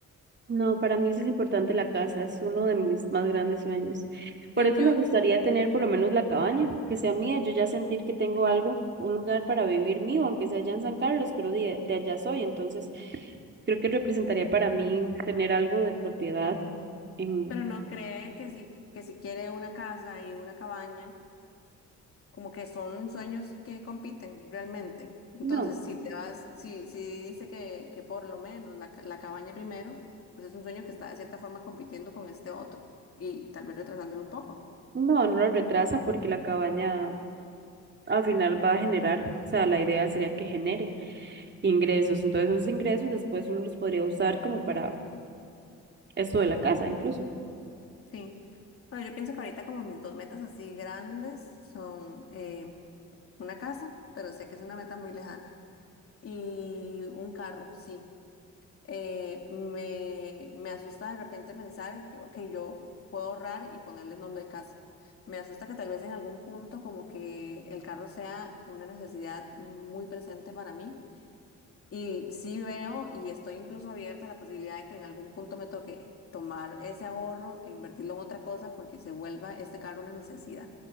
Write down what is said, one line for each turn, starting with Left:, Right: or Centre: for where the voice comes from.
Right: No, para mí sí es importante la casa, es uno de mis más grandes sueños. Por
Left: Sí,
Right: eso
Left: yo,
Right: me gustaría tener por lo menos la cabaña, que sea mía, yo ya sentir que tengo algo, un lugar para vivir mío, aunque sea allá en San Carlos, pero de, de allá soy, entonces creo que representaría para mí tener algo de propiedad en...
Left: pero Sí. no cree que si, que si quiere una casa y una cabaña, como que son sueños que compiten realmente. Entonces,
Right: No.
Left: si te vas, si, si dice que, que por lo menos la, ca- la cabaña primero, pues es un sueño que está de cierta forma compitiendo con este otro y tal vez retrasándolo un poco.
Right: No, no lo retrasa porque la cabaña al final va a generar, o sea, la idea sería que genere ingresos. Entonces esos ingresos después uno los podría usar como para esto de la casa incluso.
Left: Sí. Bueno, yo pienso que ahorita como mis dos metas así grandes son eh, una casa, pero sé que es una meta muy lejana, y un carro, sí. eh, me, me asusta de repente pensar que ok, yo puedo ahorrar y ponerle nombre de casa. Me asusta que tal vez en algún punto como que el carro sea una necesidad muy presente para mí y sí veo y estoy incluso abierta a la posibilidad de que en algún punto me toque tomar ese ahorro e invertirlo en otra cosa porque se vuelva este carro una necesidad.